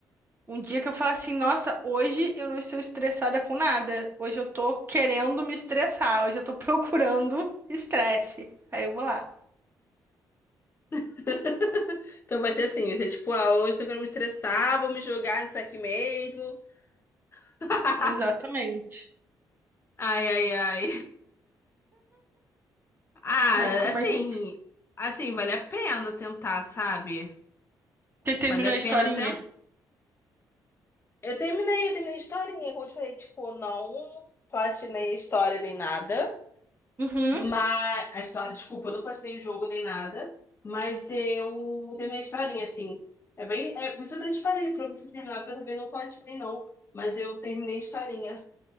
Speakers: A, on the right; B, on the left.
A: Um dia que eu falar assim, nossa, hoje eu não estou estressada com nada. Hoje eu tô querendo me estressar. Hoje eu tô procurando estresse. Aí eu vou lá.
B: <laughs> Então vai ser assim, vai ser tipo, ah, hoje tô querendo me estressar, vou me jogar nisso aqui mesmo. <laughs>
A: Exatamente.
B: Ai, ai, ai. <laughs> Ah,
A: Mas como
B: assim,
A: a gente.
B: assim, vale a pena tentar, sabe?
A: Você terminou
B: Vale a
A: a historinha?
B: pena tentar. Eu terminei, eu terminei a historinha, como eu te falei, tipo, não platinei a história nem nada.
A: Uhum.
B: Mas a história, desculpa, eu não platinei o jogo nem nada, mas eu terminei a historinha, assim. É bem. É, por isso eu até te falei pra você terminar, porque eu também não platinei, não. Mas eu terminei a historinha.